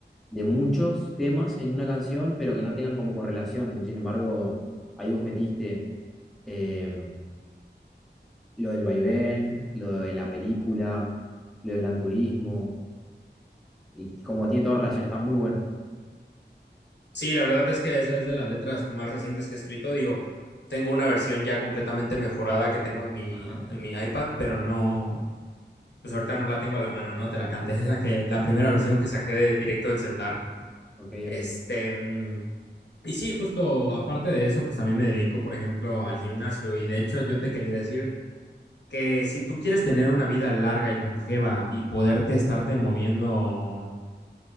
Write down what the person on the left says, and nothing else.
Sí, la verdad es que esa es de las letras más recientes que he escrito. Digo, tengo una versión ya completamente mejorada que tengo en mi,
en mi iPad, pero no, pues ahorita no la tengo a la mano, ¿no? Te la canté, <laughs> es la que, la primera versión que saqué de directo del celular.
Este,
mm, y sí, justo aparte de eso, pues también me dedico, por ejemplo, al gimnasio. Y de hecho, yo te quería decir que si tú quieres tener una vida larga y longeva y poderte estarte moviendo